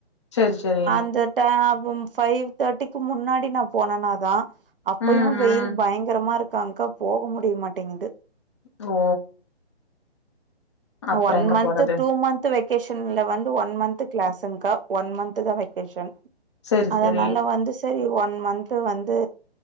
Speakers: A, on the left; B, on the right.
A: சரி, சரி.
B: அந்த ட அப்ப ஃபைவ் தேர்ட்டிக்கு முன்னாடி நா போனேனாதா அப்பயு
A: ம்,
B: வெயில்
A: ம்.
B: பயங்கரமா இருக்காங்க்கா போக முடியமாட்டேங்குது
A: ஓ அப்புறம்
B: ஒன்
A: எங்க
B: மந்து
A: போறது?
B: டூ மந் து வெகேஷன்ல வந்து ஒன் மந்து கிளாஸுங்க்கா ஒன் மந்துதா வெகேஷன்
A: சரி,
B: அதனால
A: சரி.
B: வந்து செரி ஒன் மந்த் வந்து